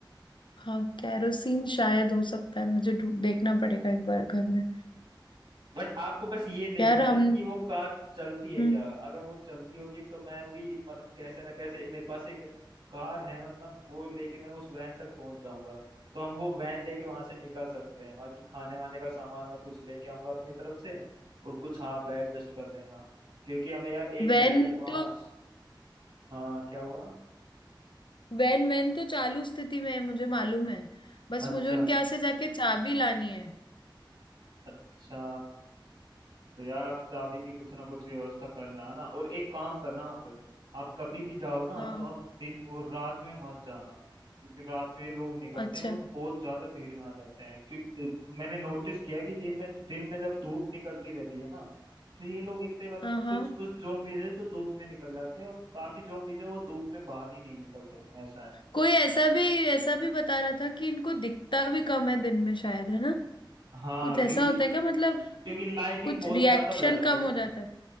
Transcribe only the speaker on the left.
हाँ कैरोसिन शायद हो सकता है मुझे ढू- देखना पड़ेगा एक बार घर में
यार
हम
हम्म
वैन
तो
वैन वैन तो चालू स्थिति में है मुझे मालूम है बस
मुझे उनके यहाँ से जाके चाबी लानी है
हाँ
अच्छा
हाँ हाँ
कोई ऐसा भी ऐसा भी बता रहा था कि इनको दिखता भी कम है दिन में शायद है ना
कुछ
ऐसा होता है क्या मतलब
कुछ
रिएक्शन
कम
हो जाता है